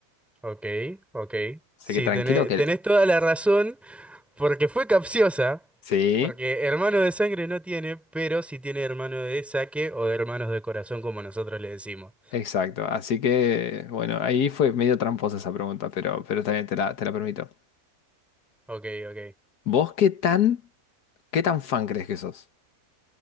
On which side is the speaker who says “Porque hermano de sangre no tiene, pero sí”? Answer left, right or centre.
Centre